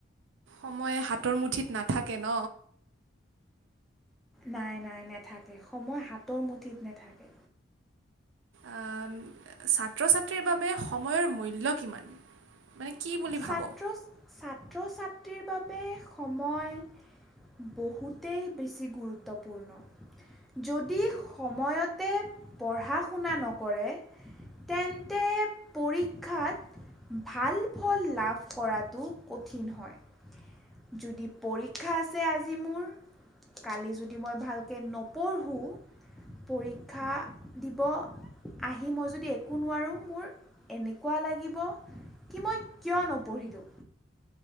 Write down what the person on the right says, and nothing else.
সময় হাতৰ মুঠিত নাথাকে ন?
আম ছাত্ৰ ছাত্ৰীৰ বাবে সময়ৰ মূল্য কিমান? মানে কি বুলি ভাব
অঁ